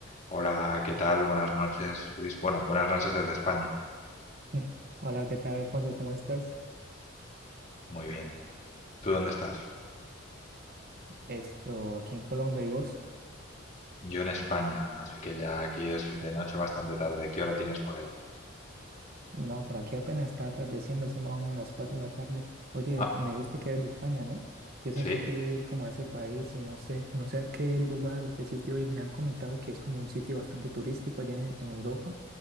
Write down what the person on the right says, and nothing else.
Mm. Hola, ¿qué tal, Alfonso? ¿Cómo estás?
Esto, aquí en Colombia, ¿y vos?
No, por aquí apenas está atardeciendo, son más o menos las 4 de la tarde. Oye,
me dijiste que eres de España, ¿no? Yo siempre
he querido ir como a ese país y no sé, no sé a qué lugar o qué sitio ir. Me han comentado que es como un sitio bastante turístico allá en, en Europa,